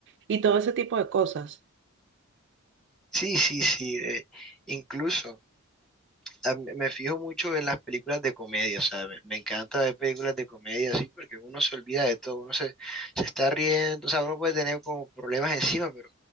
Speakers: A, on the right (about 55°); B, in the centre.
A: y todo ese tipo de cosas.
B: Sí, sí, sí, eh, incluso a mí- me fijo mucho en las películas de comedia, o sea, me, me encanta ver películas de comedia así porque uno se olvida de todo, uno se, se está riendo, o sea, uno puede tener como problemas encima, pero